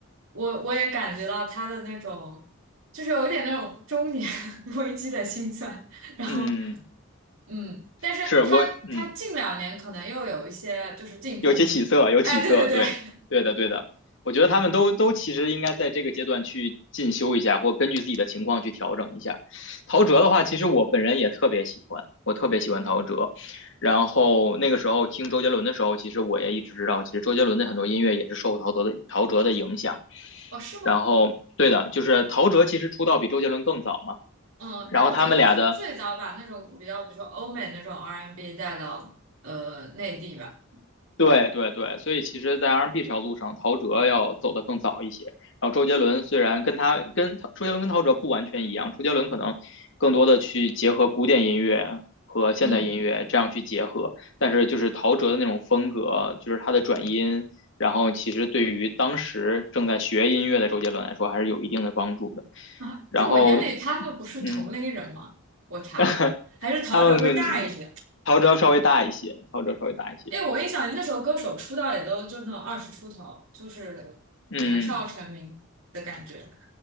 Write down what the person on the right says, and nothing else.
我我也感觉到他的那种，就是有一点那种中年 <laughs> 危机的心酸。然后
嗯，但是他他近两年可能又有一些就是进步。
哎，对对对，
哦，是吗？
嗯，
但我觉得他是最早把那种比较，比如说欧美那种 R&B n 带到呃内地吧。
嗯。
<laughs> 啊，
在我眼里，他们不是同类人吗？
我查查，
还是陶喆会大一些，
因为我一想，那时候歌手出道也都就那种二十出头，就是年少成名的感觉。